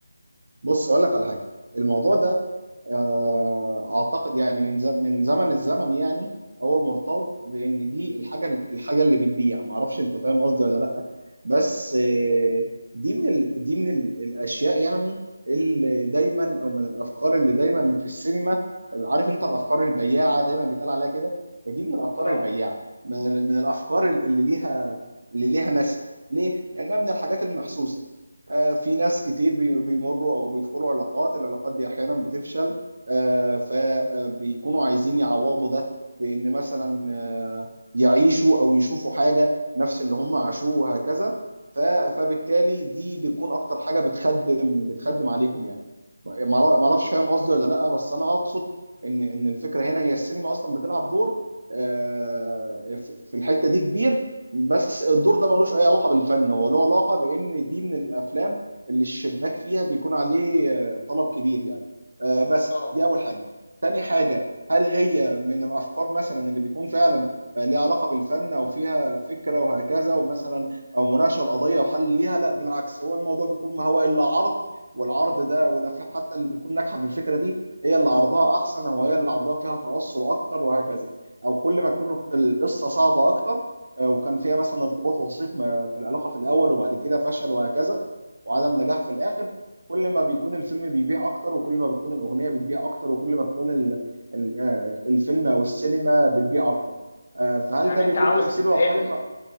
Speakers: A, on the right; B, on the left.
A: بص اقول لك على حاجه الموضوع ده آه، اعتقد يعني من زم من زمن الزمن يعني هو مرتبط بان دي الحاجه الحاجه اللي بتبيع ما اعرفش انت فاهم قصدي ولا لا بس آه، دي من ال... دي من ال... الاشياء يعني اللي دايما او من الافكار اللي دايما في السينما عارف انت الافكار البياعه دايما بيتقال عليها كده دي من الافكار
B: اه
A: البياعه من, من الافكار اللي ليها اللي ليها ناسها ليه؟ لانها من الحاجات المحسوسه آه، في ناس كتير بي- بيمروا او بيدخلوا علاقات العلاقات دي احيانا بتفشل آه، فبيكونوا عايزين يعوضوا ده بإن مثلا آه، يعيشوا أو يشوفوا حاجة نفس اللي هم عاشوه وهكذا ف- فبالتالي دي بتكون أكتر حاجة بتخدم بتخدم عليهم يعني ما ما أعرفش فاهم قصدي ولا لأ بس أنا أقصد إن إن الفكرة هنا هي السينما أصلا بتلعب دور آه، في في الحتة دي كبير بس الدور ده ملوش أي علاقة بالفن هو له علاقة بإن دي من الأفلام اللي الشباك فيها بيكون عليه آه، طلب كبير يعني آه، بس
B: اه
A: دي اول حاجه تاني حاجه هل هي من الافكار مثلا اللي بيكون فعلا آه، ليها علاقه بالفن او فيها فكره وهكذا ومثلا او مناقشه القضيه وحل ليها لا بالعكس هو الموضوع بيكون ما هو الا عرض والعرض ده والافلام حتى اللي بتكون ناجحه في الفكره دي هي اللي عرضها احسن او هي اللي عرضها فيها توسع اكتر وهكذا او كل ما تكون القصه صعبه اكتر آه، وكان فيها مثلا ارتباط وثيق ما- في العلاقه في الاول وبعد كده فشل وهكذا وعدم نجاح في الاخر كل ما بيكون الفيلم بيبيع اكتر وكل ما بتكون الاغنيه بتبيع اكتر وكل ما بتكون ال ال آه، الفيلم او السينما بتبيع اكتر آه، فهل
B: يعني
A: ده بيكون
B: انت عاوز
A: تمثيل
B: تفهمني
A: واقعي؟